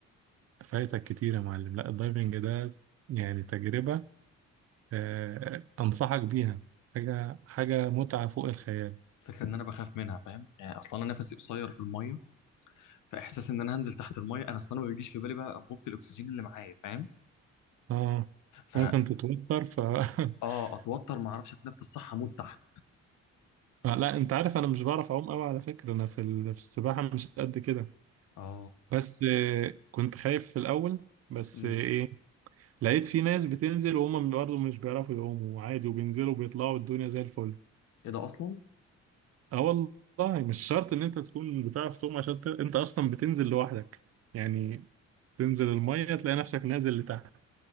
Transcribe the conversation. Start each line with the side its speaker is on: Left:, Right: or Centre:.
Right: فايتك كتير يا معلم لا الدايفنج ده يعني تجربة آه، أنصحك بيها حاجة حاجة متعة فوق الخيال
Left: فكره ان انا بخاف منها فاهم يعني اصلا انا نفسي قصير في الميه فاحساس ان انا هنزل تحت الميه انا اصلا ما بيجيش في بالي بقى انبوبه الاكسجين اللي معايا فاهم
Right: اه
Left: ف
Right: ممكن تتوتر ف <laughs>
Left: اه اتوتر ما اعرفش اتنفس صح اموت تحت
Right: آه، لا انت عارف انا مش بعرف اعوم قوي على فكرة انا في ال- في السباحة مش قد كده
Left: اه
Right: بس آه، كنت خايف في الاول بس
Left: امم
Right: آه، ايه لقيت في ناس بتنزل وهم برضه مش بيعرفوا يعوموا عادي وبينزلوا وبيطلعوا الدنيا زي الفل
Left: ايه ده اصلا
Right: اه والله مش شرط ان انت تكون بتعرف تعوم عشان ت... انت اصلا بتنزل لوحدك يعني تنزل المية تلاقي نفسك نازل لتحت